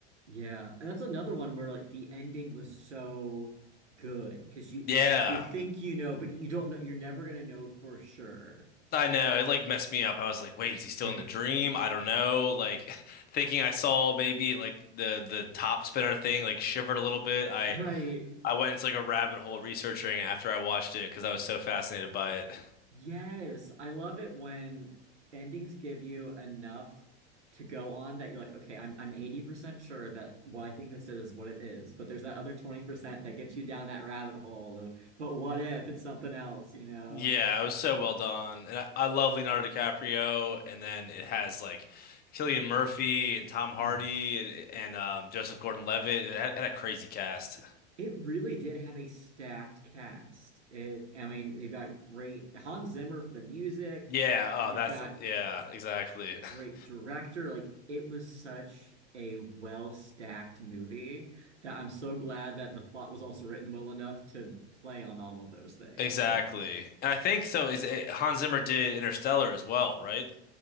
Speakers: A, on the right; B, on the left.
A: Yeah. And that's another one where like the ending was so good because you
B: Yeah,
A: you think you know, but you don't know, you're never gonna know for sure.
B: I know. It like messed me up. I was like, wait, is he still
A: <laughs>
B: in the dream? I don't know. Like <laughs> thinking I saw maybe like the the top spinner thing like shivered a little bit. I
A: Right.
B: I went into like a rabbit hole researching it after I watched it because I was so fascinated by it. <laughs>
A: Yes, I love it when endings give you enough to go on that you're like, okay, I'm I'm 80% sure that well, I think this is what it is, but there's that other 20% that gets you down that rabbit hole of, but what if it's something else, you know?
B: Yeah, it was so well done. And I, I love Leonardo DiCaprio. And then it has like Cillian Murphy and Tom Hardy
A: Oh,
B: and, and um, Joseph Gordon-Levitt. It had, had a crazy cast.
A: it really did have a stacked cast. It, I mean, they've got great Hans Zimmer for the music.
B: Yeah, oh,
A: You've
B: that's,
A: got
B: yeah, exactly.
A: great
B: <laughs>
A: director. Like it was such a well stacked movie that I'm so glad that the plot was also written well enough to play on all of those things,
B: Exactly.
A: you know.
B: And I think so is it, Hans Zimmer did Interstellar as well, right?